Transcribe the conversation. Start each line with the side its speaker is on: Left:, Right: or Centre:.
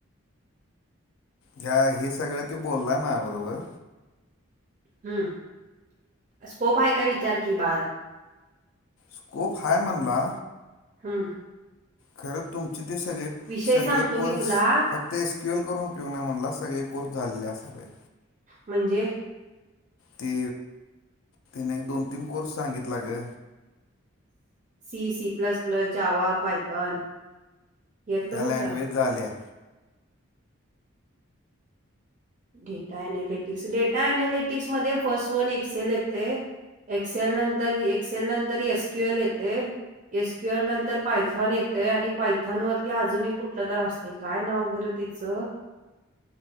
Left: ह्या हे सगळं तो बोललाय माझ्या बरोबर.
Right: हम्म स्कोप आहे काय विचार की बा
Left: स्कोप हाय म्हणला.
Right: हम.
Left: खरच तुमचे ते सगळे
Right: विषय
Left: सगळे
Right: सांगतो
Left: कोर्स
Right: मी तुला
Left: फक्त एस क्यू एल करून उपयोग नाही म्हणलं सगळे कोर्स झालेले असावे.
Right: म्हणजे?
Left: ते त्याने एक दोन तीन कोर्स सांगितला ग.
Right: C C plus plus Java Python. यातलं
Left: त्या
Right: कुठलं
Left: लँग्वेज झाल्या.
Right: डेटा अनालिटिक्स डेटा अनालिटिक्स मध्ये फर्स्ट वन एक्सेल येते. एक्सेल नंतर एक्सेल नंतर एस क्यू एल येते. एस क्यू एल नंतर पायथॉन येतय आणि पायथॉन वरती अजून एक कुठलं तर अस ते काय नाव बरं तिचं.